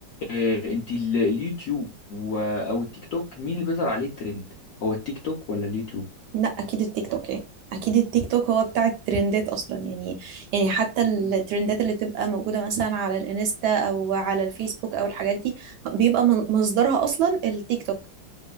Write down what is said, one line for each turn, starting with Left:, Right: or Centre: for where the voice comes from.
Left: آه، أنت ال- اليوتيوب و- أو التيك توك مين اللي بيظهر عليه الترند هو التيك توك ولا اليوتيوب؟
Right: لا اكيد التيك توك يعني اكيد التيك توك هو بتاع الترندات اصلا يعني يعني حتى الترندات
Left: مم.
Right: اللي تبقى موجوده مثلا على الانستا او على الفيسبوك او الحاجات دي بيبقى من- مصدرها اصلا التيك توك